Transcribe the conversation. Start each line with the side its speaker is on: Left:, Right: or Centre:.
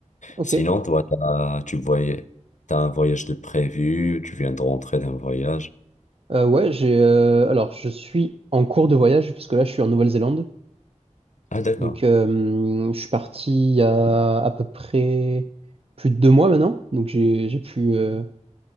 Right: ok.
Left: Sinon, toi, t'as, tu voyais, t'as un voyage de prévu, tu viens de rentrer d'un voyage.
Right: Euh, ouais, j'ai euh, alors je suis en cours de voyage parce que là je suis en Nouvelle-Zélande.
Left: Ah d'accord.
Right: Donc euh, je suis parti il y a à peu près plus de deux mois maintenant. Donc j'ai j'ai pu euh,